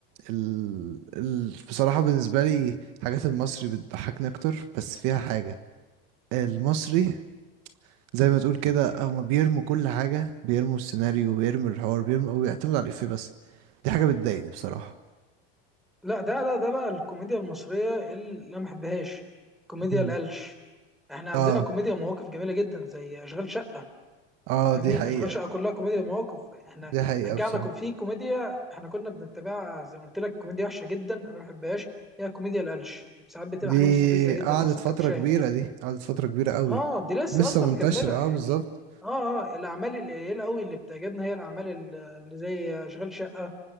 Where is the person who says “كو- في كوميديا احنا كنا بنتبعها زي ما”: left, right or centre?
Centre